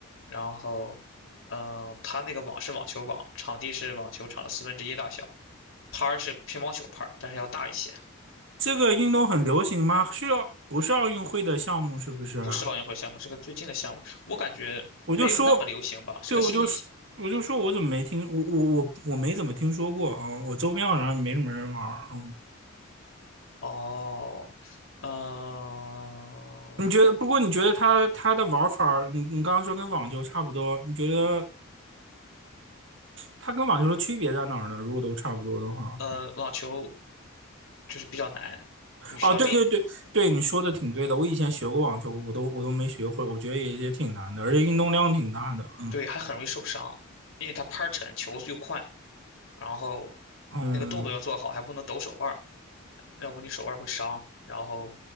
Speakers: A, on the left (about 70°); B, on the right (about 60°).
A: 然后，嗯、它那个网是网球网，场地是网球场的四分之一大小，拍儿是乒乓球拍儿但是要大一些，
B: 这个运动很流行吗？是要不是奥运会的项目是不是啊？
A: 不是奥运会项目，是个最近的项目，我感觉没有那么流行吧，
B: 我就说，
A: 是个新
B: 对，我就说，我就说我怎么没听，我我我我没怎么听说过啊，我周边好像没什么人玩儿。嗯
A: 哦，嗯，
B: 你觉得？不过你觉得它它的玩法儿你你刚刚说跟网球差不多，你觉得它跟网球的区别在哪儿呢？如果都差不多的话，
A: 呃，网球就是比较难，你需要练，
B: 哦，对对对对，你说的挺对的。我以前学过网球，我都我都没学会，我觉得也也挺难的，而且运动量挺大的。嗯
A: 对，还很容易受伤，因为它拍儿沉，球又快，然后你那个动作要做好，
B: 嗯，
A: 还不能抖手腕儿，要不你手腕儿会伤，然后